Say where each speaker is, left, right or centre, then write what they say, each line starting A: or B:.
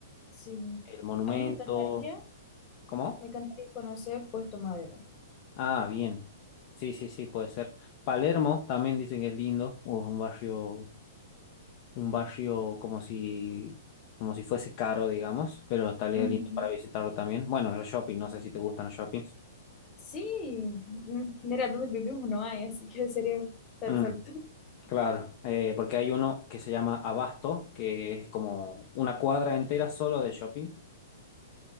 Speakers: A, on the left (about 25°); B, on the left (about 40°).
A: Sí.
B: El monumento.
A: A mí me encantaría,
B: ¿Cómo?
A: me encantaría conocer Puerto Madero.
B: Ah, bien. Sí, sí, sí, puede ser. Palermo también dicen que es lindo, o es un barrio un barrio como si, como si fuese caro, digamos, pero estaría
A: Ujú.
B: lindo para visitarlo también. Bueno, los shopping, no sé si te gustan los shoppings.
A: Sí, mm, mira, donde vivimos no hay, así que sería perfecto.
B: Mm,
A: <laughs>
B: claro, eh, porque hay uno que se llama Abasto, que es como una cuadra entera solo de shopping.